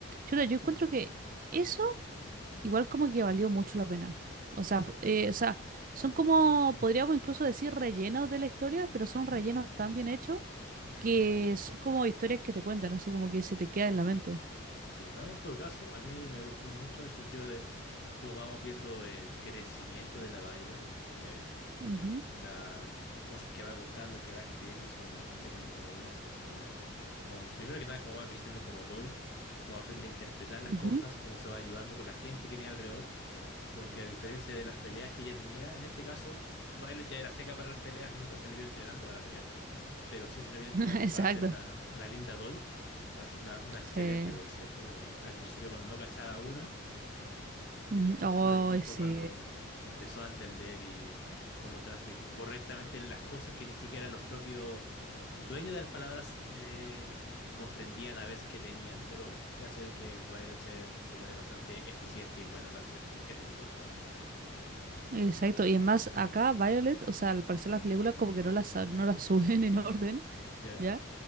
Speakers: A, on the right (about 40°); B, on the left (about 55°).
A: Yo, yo encuentro que eso igual como que valió mucho la pena. O sea,
B: Sí.
A: fu- eh, o sea, son como, podríamos incluso decir, rellenos de la historia, pero son
B: Ujú.
A: rellenos tan bien hechos
B: Mm.
A: que son como historias que te cuentan, así como que se te queda en la mente.
B: Sí, ¿no? En todo caso, a mí me gustó mucho en el sentido de cómo vamos viendo el crecimiento de la Violet. em,
A: Ujú,
B: las cosas que va contando, que va escribiendo son bastante conmovedoras, ¿cierto? Eh, como, primero que nada, cómo va creciendo como doll, cómo aprende a interpretar las
A: ujú.
B: cosas, cómo se va ayudando con la gente que tiene alrededor, porque a diferencia de las peleas que ella tenía, en este caso, Violet ya era seca para las peleas, nunca se le vio entrenando para pelear pero sí se le vio entrenando
A: <laughs> Exacto.
B: para hacer una, una linda doll, para hacer una, una excelente
A: Sí.
B: doll, ¿cierto? Eh, al principio cuando no cachaba una,
A: Ujú.
B: y después con el tiempo
A: Ay, sí.
B: cuando empezó a entender y cómo transmitir correctamente las cosas que ni siquiera los propios dueños de las palabras eh, comprendían a veces que tenían, pero ya se ve que Violet se, se pone bastante eficiente y buena para hacer ese, ese tipo de trabajo.
A: Exacto, y más acá Violet, o sea, al parecer las películas como que no las, sa- no las <laughs> suben en orden,
B: ¿Ya?
A: ¿ya?